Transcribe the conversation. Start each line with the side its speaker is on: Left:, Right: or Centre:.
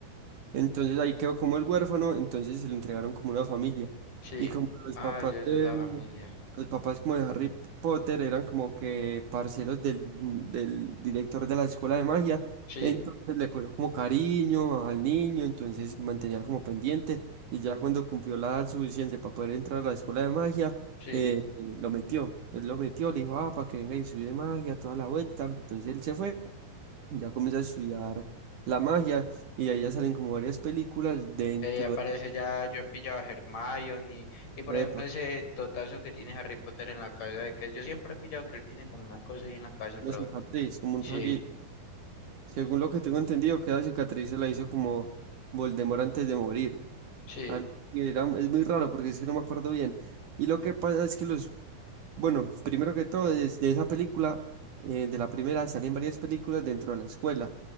Right: Entonces ahí quedó como el huérfano, entonces se lo entregaron como una familia.
Left: Sí.
Right: Y como los
Left: Ah,
Right: papás
Left: ya esa
Right: de,
Left: es la familia.
Right: los papás como de Harry Potter eran como que parceros del, del director de la escuela de magia,
Left: Sí,
Right: entonces le cogió como cariño al niño, entonces mantenía como pendiente y ya cuando cumplió la edad suficiente para poder entrar a la escuela de magia,
Left: sí.
Right: eh, lo metió, él lo metió, le dijo, ah, para que venga y estudie magia toda la vuelta, entonces él se fue, ya comienza a estudiar la magia y de ahí ya salen como varias películas dentro
Left: Eh, aparece
Right: de...
Left: ya, yo pillaba a Hermione y, y por ejemplo
Right: Epa,
Left: ese totazo que tiene Harry Potter en la cabeza, de que yo siempre he pillado que él tiene como una cosa ahí en la cabeza, pero
Right: una cicatriz, como
Left: sí,
Right: un rayito. Según lo que tengo entendido, que la cicatriz se la hizo como Voldemort antes de morir.
Left: sí,
Right: Algo que era- es muy raro porque es que no me acuerdo bien. Y lo que pasa es que los, bueno, primero que todo, es de esa película, eh, de la primera, salen varias películas dentro de la escuela,